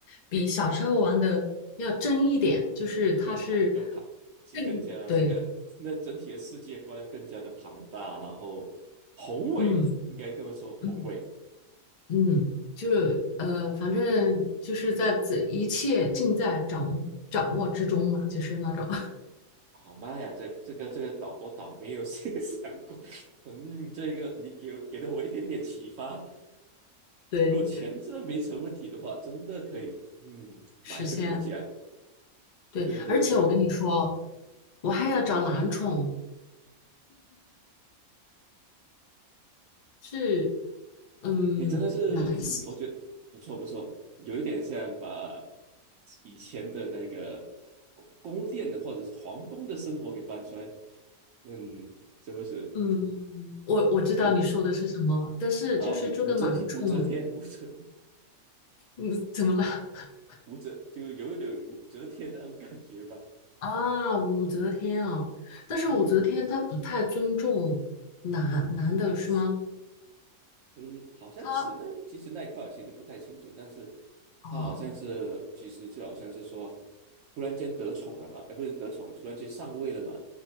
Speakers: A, on the left; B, on the right.
A: 比小时候玩的要真一点，就是它是
B: 更庞更庞，其更加那个那整体的世界观更加的庞大，
A: 更对，
B: 然后宏伟，
A: 嗯
B: 应该这么说宏伟，
A: 嗯嗯，就呃，反正就是在这一切尽在掌握掌握之中嘛，就是那种。
B: 好妈呀，这这个这个倒我倒没有先 <laughs> 想过，嗯，这个你给我给了我一点点启发。
A: 对，
B: 如果钱真的没成问题的话，真的可以，嗯，
A: 实现
B: 买一个国家。
A: 对，
B: 对对对，
A: 而且我跟你说，我还要找男宠，是，嗯，
B: 你真的是，
A: 男性，
B: 嗯，我觉得不错不错，有一点像把以前的那个宫宫殿的或者是皇宫的生活给搬出来，嗯，是不是？
A: 嗯，我我知道你说的是什么，
B: 武
A: 但是就是这个男宠，
B: 啊武武则天，武则天，武则
A: 嗯，怎么了？<laughs>
B: 武则就有一点武则天那种感觉吧。
A: 啊，武则天啊，但是武则天她不太尊重男男的是吗？
B: 嗯但是，嗯，好像是那其实那一块我其实不太清楚，
A: 她
B: 但是
A: 啊，
B: 他好像是其实就好像是说，
A: 哦
B: 突然间得宠了嘛，哎，不是得宠，突然间上位了嘛，